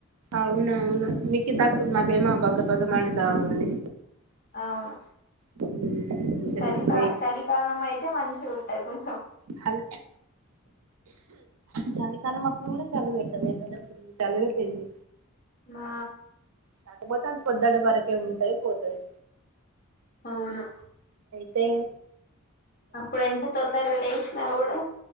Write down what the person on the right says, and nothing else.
అవునవును మీకి తక్కువ మాకేమో భగ భగ మండుతా ఉంది
<unintelligible>
ఇప్పుడే
హన్ చలికాలం అప్పుడు కూడా చలి పెట్టలేదు <inaudible> ఫుల్లు చలి పెట్టింది.
కాకపోతే అంత పొద్దుటి వరకే ఉంటది పోతది.
తే